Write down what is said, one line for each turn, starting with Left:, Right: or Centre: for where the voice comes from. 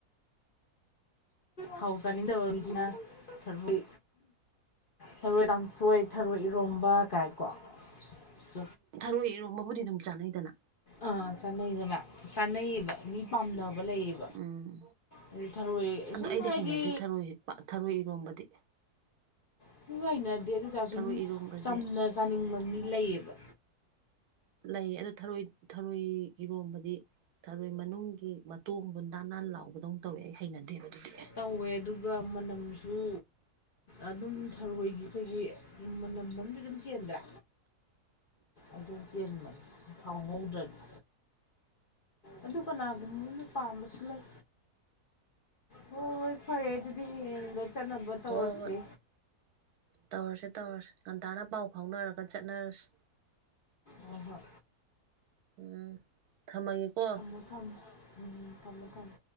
Left: ꯊꯥꯎ ꯆꯥꯅꯤꯡꯗꯕꯃꯤꯅ ꯊꯔꯣ ꯊꯔꯣꯏ ꯀꯥꯡꯁꯣꯏ ꯊꯔꯣꯏ ꯏꯔꯣꯝꯕ ꯀꯥꯏꯀꯣ ꯁꯨ
Right: ꯊꯔꯣꯏ ꯏꯔꯣꯟꯕꯕꯨꯗꯤ ꯑꯗꯨꯝ ꯆꯥꯅꯩꯗꯅ
Left: ꯑ ꯆꯥꯅꯩꯗꯅ ꯆꯥꯅꯩꯌꯦꯕ ꯃꯤ ꯄꯥꯝꯅꯕ ꯂꯩꯌꯦꯕ
Right: ꯎꯝ
Left: ꯑꯗꯩ ꯊꯔꯣꯏ
Right: ꯑꯗꯣ
Left: ꯁꯨꯝ
Right: ꯑꯩꯗꯤ
Left: ꯍꯥꯏꯗꯤ
Right: ꯍꯩꯅꯗꯦ ꯊꯔꯣꯏ ꯊꯔꯣꯏ ꯏꯔꯣꯝꯕꯗꯤ
Left: ꯑꯈꯣꯏꯖꯨ ꯍꯩꯅꯗꯦ ꯑꯗꯣꯏꯇꯥꯔꯁꯨ
Right: ꯊꯔꯣꯏ
Left: ꯃꯤ
Right: ꯏꯔꯣꯝꯕꯁꯦ
Left: ꯆꯝꯅ ꯆꯥꯅꯤꯡꯕ ꯃꯤ ꯂꯩꯌꯦꯕ
Right: ꯂꯩ ꯑꯗꯨ ꯊꯔꯣꯏ ꯊꯔꯣꯏ ꯏꯔꯣꯝꯕꯗꯤ ꯊꯔꯣꯏ ꯃꯅꯨꯡꯒꯤ ꯃꯇꯣꯡꯗꯣ ꯅꯥ ꯅꯥꯟ ꯂꯥꯎꯕꯗꯧꯅ ꯇꯧꯋꯦ ꯑꯩ ꯍꯩꯅꯗꯦꯕ ꯑꯗꯨꯗꯤ
Left: ꯇꯧꯋꯦ ꯑꯗꯨꯒ ꯃꯅꯝꯖꯨ ꯑꯗꯨꯝ ꯊꯔꯣꯏꯒꯤ ꯑꯩꯈꯣꯏꯒꯤ ꯎꯝ ꯃꯅꯝ ꯑꯃꯗꯤ ꯑꯗꯨꯝ ꯆꯦꯟꯗ꯭ꯔꯥ ꯑꯗꯨꯝ ꯆꯦꯟꯕ ꯊꯥꯎ ꯉꯧꯗ꯭ꯔꯗꯤ ꯑꯗꯨ ꯀꯅꯥꯒꯨꯝꯕꯅ ꯄꯥꯝꯕꯁꯨ ꯂꯩ ꯍꯣꯏ ꯍꯣꯏ ꯐꯔꯦ ꯑꯗꯨꯗꯤ ꯍꯌꯦꯡꯗꯣ ꯆꯠꯅꯕ ꯇꯧꯔꯁꯤ
Right: ꯍꯣꯏ ꯍꯣꯏ ꯇꯧꯔꯁꯦ ꯇꯧꯔꯁꯦ ꯉꯟꯇꯥꯅ ꯄꯥꯎ ꯐꯥꯎꯅꯔꯒ ꯆꯠꯅꯔꯁꯤ
Left: ꯍꯣꯏ ꯍꯣꯏ
Right: ꯎꯝ ꯊꯝꯃꯒꯦꯀꯣ
Left: ꯊꯝꯃꯣ ꯊꯝꯃꯣ ꯎꯝ ꯊꯝꯃꯣ ꯊꯝꯃꯣ